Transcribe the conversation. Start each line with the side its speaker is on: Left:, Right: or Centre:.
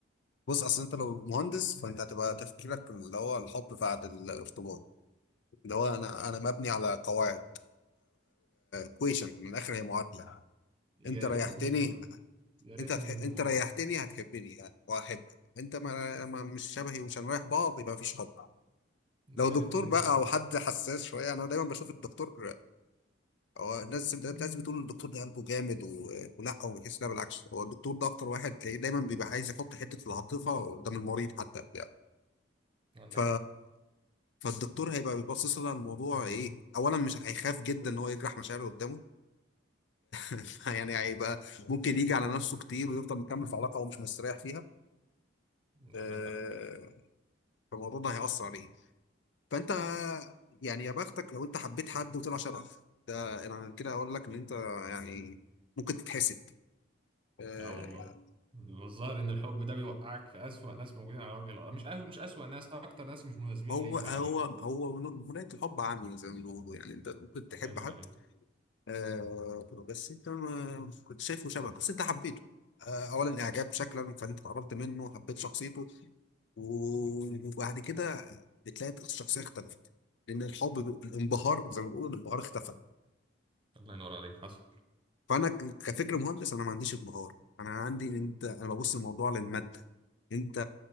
Left: بص اصل انت لو مهندس فانت هتبقى تفكيرك اللي هو الحب بعد الارتباط اللي هو انا انا مبني على قواعد كويشن من الاخر هي معادله
Right: <laughs> يا
Left: انت ريحتني
Right: ريتني كنت مهندس يا ريتني
Left: انت هتح...
Right: كنت
Left: انت
Right: مهندس
Left: ريحتني هتحبني وهحبك انت ما... ما مش شبهي ومش هنريح بعض يبقى مفيش حب
Right: يا
Left: لو دكتور
Right: ريتني
Left: بقى
Right: كنت مهندس
Left: او حد حساس شويه انا دايما بشوف الدكتور هو الناس الناس بتقول الدكتور ده قلبه جامد و... ولا هو بيحس لا بالعكس هو الدكتور ده اكتر واحد تلاقيه دايما بيبقى عايز يحط حته العاطفه قدام المريض حتى بتاع
Right: عندك
Left: ف
Right: حق
Left: فالدكتور هيبقى بيبصص لها الموضوع ايه اولا مش هيخاف جدا ان هو يجرح مشاعره قدامه <laughs> يعني هيبقى ممكن يجي على نفسه كتير ويفضل مكمل في علاقه هو مش مستريح فيها آه،
Right: عندك حق
Left: فالموضوع ده هيأثر عليه فانت يعني يا بختك لو انت حبيت حد وطلع شبهك ده انا كده اقول لك ان انت يعني ممكن تتحسد آه،
Right: اه والله الظاهر ان الحب ده بيوقعك في اسوأ ناس موجودين على وجه الارض مش أسوأ مش اسوأ ناس اكتر ناس مش مناسبين
Left: هو
Right: ليك
Left: هو
Right: على وجه الارض
Left: هو من- مناية الحب عمياء زي ما بيقولوا يعني انت ممكن تحب
Right: الله ينور
Left: حد
Right: عليك
Left: آه، بس انت ما كنت شايفه شبهك بس انت حبيته آه، اولا اعجاب شكلا فانت اتقربت منه حبيت شخصيته و- وبعد كده بتلاقي الشخصيه اختلفت لان الحب الانبهار زي ما بيقولوا الانبهار اختفى
Right: الله ينور عليك حصل
Left: فانا ك- كفكر مهندس انا ما عنديش انبهار انا عندي إن انت انا ببص الموضوع للماده انت